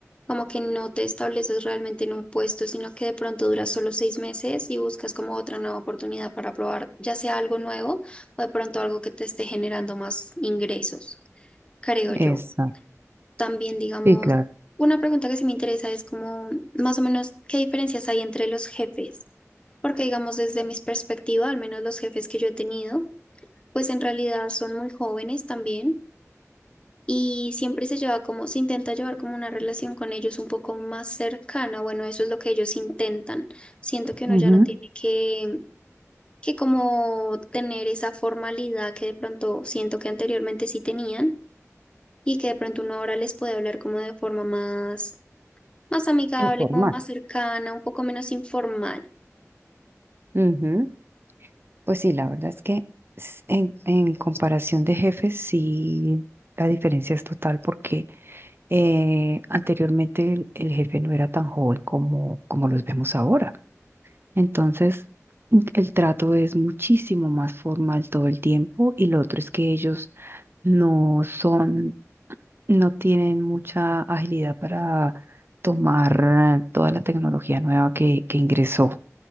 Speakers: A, on the left (about 20°); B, on the right (about 45°).
A: como que no te estableces realmente en un puesto, sino que de pronto duras solo seis meses y buscas como otra nueva oportunidad para probar, ya sea algo nuevo o de pronto algo que te esté generando más ingresos, creo yo.
B: Exacto.
A: También, digamos,
B: Sí, claro.
A: una pregunta que sí me interesa es como más o menos qué diferencias hay entre los jefes. Porque digamos, desde mis perspectivas, al menos los jefes que yo he tenido, pues en realidad son muy jóvenes también y siempre se lleva como, se intenta llevar como una relación con ellos un poco más cercana. Bueno, eso es lo que ellos intentan. Siento que uno
B: Ujú.
A: ya no tiene que, que como tener esa formalidad que de pronto siento que anteriormente sí tenían y que de pronto uno ahora les puede hablar como de forma más, más amigable,
B: Informar.
A: como más cercana, un poco menos informal.
B: Ujú. Pues sí, la verdad es que s- en, en comparación de jefes, sí, la diferencia es total porque eh, anteriormente el, el jefe no era tan joven como, como los vemos ahora. Entonces, mm, el trato es muchísimo más formal todo el tiempo y lo otro es que ellos no son, no tienen mucha agilidad para tomar eh, toda la tecnología nueva que, que ingresó.